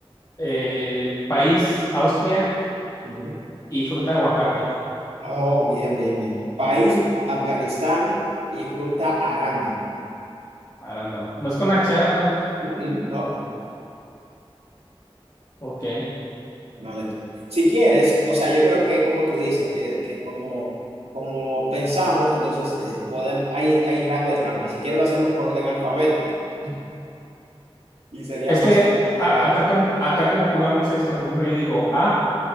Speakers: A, on the left (about 35°); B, on the right (about 85°).
A: Eh, país, Austria
B: Ujú.
A: y fruta aguacate.
B: Oh, bien, bien, bien. País, Afganistán y fruta arándano.
A: Arándano. No es con H, arándano.
B: Mm, mm, no.
A: Ok.
B: Dale tú. Si quieres, o sea, yo creo que como tú dices, que, que como, como pensamos, entonces eh, podem- hay, hay rango de trampa. Si quieres lo hacemos por orden alfabético <laughs> y sería
A: Es
B: más,
A: que
B: más legal.
A: a- acá, como, acá como jugamos es, por ejemplo, yo digo A